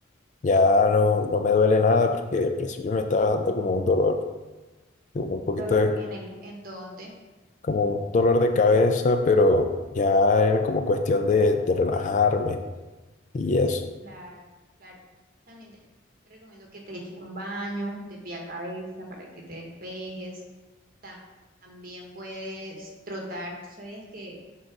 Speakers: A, on the left; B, on the right.
A: ya no, no me duele nada porque al principio me estaba dando como un dolor, como un
B: ¿Dolor
A: poquito de,
B: en el, en dónde?
A: como un dolor de cabeza, pero ya era como cuestión de, de relajarme y eso.
B: Claro, claro. También te te recomiendo que te eches un baño de pie a cabeza para que te despejes. Ta- También puedes trotar. ¿Tú sabías que